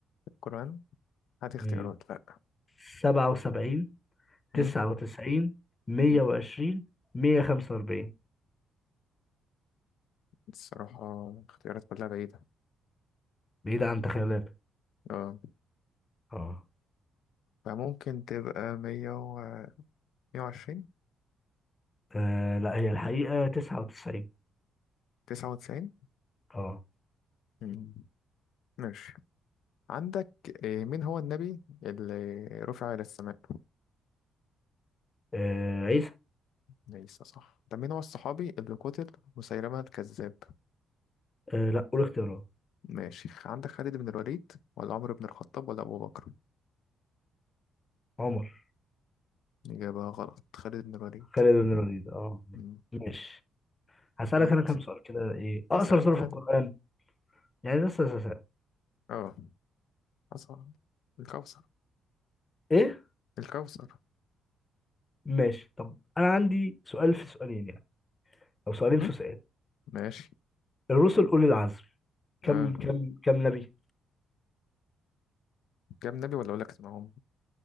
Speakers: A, on the left (about 80°); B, on the left (about 25°).
A: القرآن هات اختيارات
B: امم
A: لا
B: 77
A: مم.
B: 99 120
A: مم.
B: 145
A: الصراحة اختيارات كلها بعيدة
B: بعيدة عن تخيلاتك
A: اه
B: اه
A: فممكن تبقى مية و مية وعشرين
B: آه، لا هي الحقيقة 99
A: تسعة وتسعين
B: اه
A: مم. ماشي عندك إيه، مين هو النبي اللي رفع إلى السماء
B: آه، عيسى
A: ليس صح طب مين هو الصحابي اللي قتل مسيلمة الكذاب
B: آه، لا قول اختيارات
A: ماشي عندك خالد بن الوليد ولا عمرو بن الخطاب ولا أبو بكر
B: عمر
A: إجابة غلط خالد بن الوليد
B: خالد بن الوليد اه
A: مم.
B: ماشي هسألك
A: هات
B: انا كم سؤال كده ايه اقصر
A: اسأل
B: سورة
A: بقى
B: في القرآن يعني لسه لسه- لسه.
A: اه أصعب الكوثر
B: ايه
A: الكوثر
B: ماشي طب انا عندي سؤال في سؤالين يعني او سؤالين
A: مم.
B: في سؤال
A: ماشي
B: الرسل اولي العزم كم
A: اه
B: كم كم نبي
A: كام نبي ولا أقول لك اسمهم